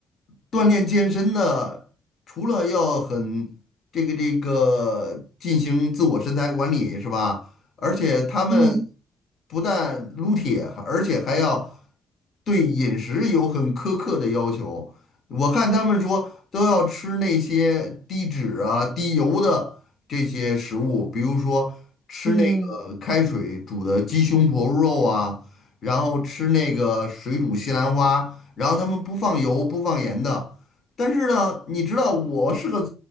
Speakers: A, on the left (about 45°); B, on the right (about 40°).
A: 锻炼健身的，除了要很这个这个进行自我身材管理是吧？而且他们
B: 嗯
A: 不但撸铁，而且还要对饮食有很苛刻的要求。我看他们说都要吃那些低脂啊、低油的这些食物，比如说吃那个开水煮的鸡胸脯肉啊，
B: 嗯嗯
A: 然后吃那个水煮西兰花。然后他们不放油不放盐的。但是呢，你知道我是个